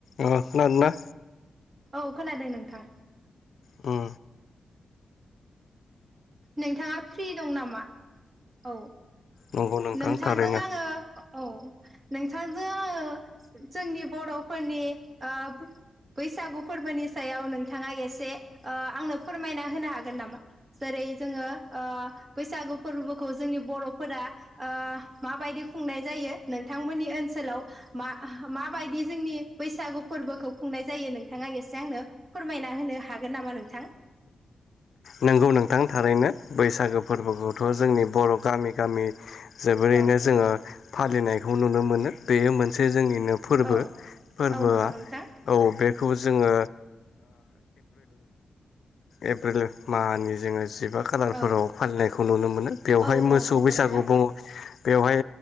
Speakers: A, on the left (about 70°); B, on the right (about 45°).
A: अ खोनादोंना?
B: औ खोनादों नोंथां
A: अ
B: नोंथाङा फ्रि दं नामा? औ ओ
A: नंगौ नोंथां
B: नोंथांजों
A: थारैनो
B: आङो औ नोंथांजों आङो जोंनि बर'फोरनि ओ बो बैसागु फोरबोनि सायावनो नोङा एसे ओ आंनो फोरमायना होनो हागोन नामा जेरै जोङो ओ बैसा गु फोरबोखौ जोंनि बर'फोरा ओ माबायदि खुंनाय जायो नोंथांमोननि ओनसाव मा ओ मा बायदि जोंनि बैसागु फोरबोखौ खुंनाय जायो नोंथाङा एसे आंनो फोरमायना होनो हागोन नामा नों थां
A: नोंगौ नोंथां थारैनो बैसागो फोरबोखौथ' जोंनि बर' गामि गामि जोबोरैनो
B: औ
A: जोङो फालिनायखौ नुनो मोनो। बेयो मोनसे जोंनिनो फोरबो
B: औ
A: फोरबोआ
B: औ नंगौ नोंथां
A: औ बे खौ ओ जोङो एप्रिल मानि जोङो जिबा खालारफोराव
B: औ
A: फालिनायखौ नुनो मोनो। बेवहाय
B: औ
A: मोसौ
B: औ नंगौ
A: बैसागु
B: नोंथां
A: बु बेवहाय